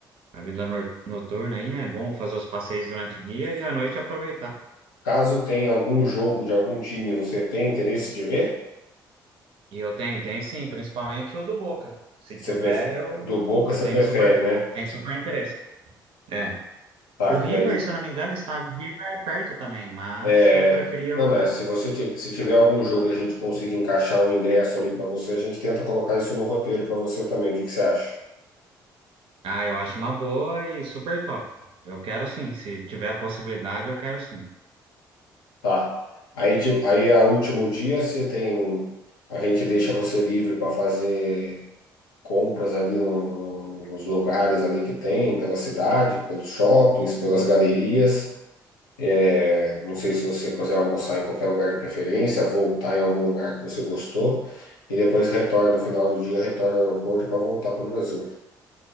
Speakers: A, on the right; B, on the left.
A: a vida nor- noturna aí, né? É bom fazer os passeios durante o dia e à noite aproveitar.
B: Caso tenha algum jogo de algum time, você tem interesse de ver?
A: E eu tenho, tenho sim, principalmente o do Boca. Se
B: Você
A: tiver,
B: pref-
A: eu,
B: Do Boca
A: eu
B: você
A: tenho
B: prefere,
A: super,
B: né?
A: tenho super interesse. É.
B: Tá,
A: O River,
B: que daí.
A: se eu não me engano, está River é perto também, mas
B: É...
A: eu preferia
B: Não,
A: o
B: não, se você ti- se tiver algum jogo e a gente conseguir encaixar um ingresso ali para você, a gente tenta colocar isso no roteiro para você também. O que que você acha?
A: Ah, eu acho uma boa e super top. Eu quero sim, se tiver a possibilidade, eu quero sim.
B: Tá. Aí, de, aí a último dia você tem. um, A gente deixa você livre para fazer compras ali no- no- nos lugares ali que tem, pela cidade, pelos shoppings, pelas
A: Sim.
B: galerias. É, Não sei se você quiser almoçar em qualquer lugar de preferência, voltar em algum lugar que você gostou, e depois retorna no final do dia, retorna ao aeroporto para voltar para o Brasil.